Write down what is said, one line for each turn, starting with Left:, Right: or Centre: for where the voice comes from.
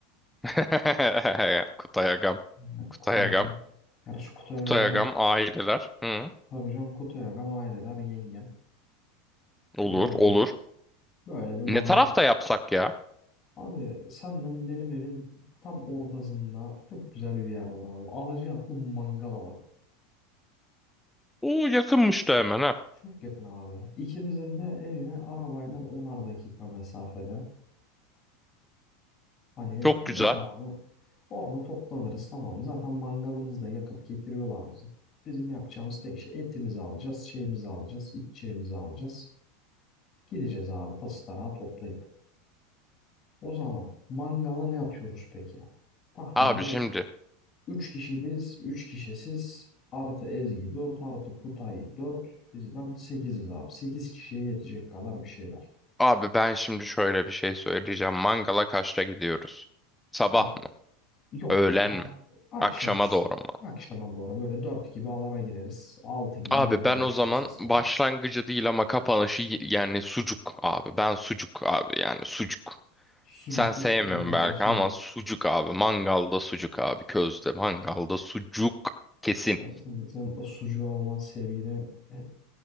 Centre: <laughs> Kutay Agam.
Left: Yani
Centre: Kutay
Left: Kutay
Centre: Agam.
Left: Agam. Gerçi Kutay
Centre: Kutay
Left: Agam'a
Centre: Agam aileler. Hı.
Left: tabii canım Kutay Agam aileler yengem.
Centre: Olur,
Left: Böyle
Centre: olur.
Left: Böyle bir mangal.
Centre: Ne tarafta yapsak ya?
Left: Abi senden benim evin tam ortasında çok güzel bir yer var abi. Alacaatlı mangala var.
Centre: Oo yakınmış da hemen ha.
Left: Çok yakın abi. İkimizin de evine arabayla onar dakika mesafede. Hani
Centre: Çok
Left: direkt
Centre: güzel.
Left: abi orada toplanırız tamam. mı? Zaten mangalımızı da yakıp getiriyorlar bizim. Bizim yapacağımız tek şey etimizi alacağız, şeyimizi alacağız, içeceğimizi alacağız. Gideceğiz abi tası tarağı toplayıp. O zaman mangala ne atıyoruz peki? Tahmini
Centre: Abi şimdi.
Left: Üç kişi biz, 3 kişi siz. Artı Ezgi dört artı Kutay dört Bizden 8'iz abi. 8 kişiye yetecek kadar bir şeyler.
Centre: Abi ben şimdi şöyle bir şey söyleyeceğim. Mangala kaçta gidiyoruz? Sabah
Left: Abi
Centre: mı?
Left: yok
Centre: Öğlen
Left: ya.
Centre: mi?
Left: Akşamüstü.
Centre: Akşama doğru mu?
Left: Akşama doğru böyle 4 gibi alana gireriz. 6 gibi
Centre: Abi
Left: yemeğe
Centre: ben
Left: başlarız
Centre: o zaman
Left: hesaba.
Centre: başlangıcı değil ama kapanışı y- yani sucuk abi. Ben sucuk abi yani sucuk.
Left: Sucuklu
Centre: Sen sevmiyorsun
Left: sucuk abi
Centre: belki
Left: sucuk.
Centre: ama sucuk abi. Mangalda sucuk abi. Közde mangalda sucuk. Kesin.
Left: Abi sen, sen o sucuğa olan sevgine <laughs>